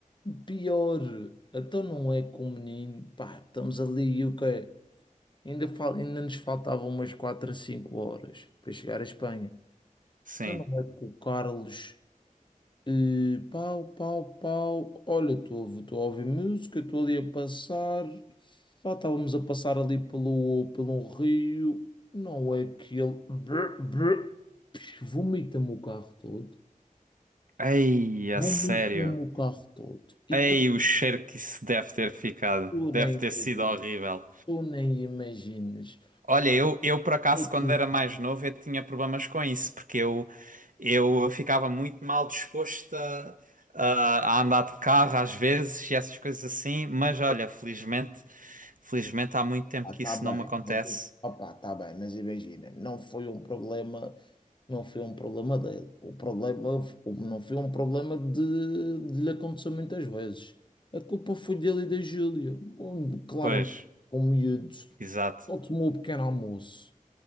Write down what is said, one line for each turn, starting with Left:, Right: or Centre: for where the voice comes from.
Left: pior, então não é com o menino, pá, estamos ali e o quê? Ainda, fal, ainda nos faltavam umas 4 a 5 horas para chegar à Espanha.
Right: Sim.
Left: Então não é com o Carlos. eh, pau, pau, pau. Olha, estou a ouvir música, estou ali a passar. Pá, estávamos a passar ali pelo, pelo rio, não é que ele brr, brr, psh, vomita-me o carro todo,
Right: Ei,
Left: vomita-me
Right: a sério.
Left: o carro todo. E
Right: Ei,
Left: quando
Right: o cheiro que isso deve ter ficado.
Left: tu
Right: Deve
Left: nem imaginas,
Right: ter sido horrível.
Left: tu nem imaginas,
Right: Olha, eu, eu por acaso,
Left: É que,
Right: quando era mais novo, eu tinha problemas com isso, porque eu, eu ficava muito mal disposto a, a- a andar de carro às vezes e essas coisas assim, mas olha, felizmente, felizmente há muito tempo
Left: pá,
Right: que
Left: tá
Right: isso
Left: bem,
Right: não me acontece.
Left: mas opa, tá bem, mas imagina, não foi um problema, não foi um problema dele, o problema f- o- não foi um problema de, de lhe acontecer muitas vezes. A culpa foi dele e da Júlia, onde claramente
Right: Pois,
Left: com miúdos.
Right: exato.
Left: Só tomou o pequeno almoço.